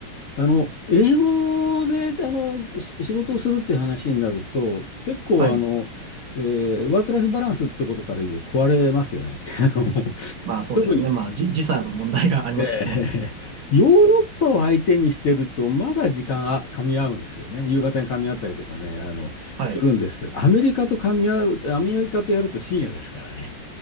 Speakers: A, on the left (about 55°); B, on the right (about 60°).
A: あの、英語で、あの、し仕事をするっていう話になると、結構、
B: はい。
A: あの、えーワークライフバランスってことから言うと壊れますよね。<laughs> あの
B: まあ、そうですね。
A: 特に、
B: まあ、じ時差の問題がありますもんね。
A: ええ、<laughs> ヨーロッパを相手にしてると、まだ時間が噛み合うんですけどね、夕方に噛み合ったりとかね、あの、
B: はい。
A: するんですけど、アメリカと噛み合う、アメリカとやると深夜ですからね。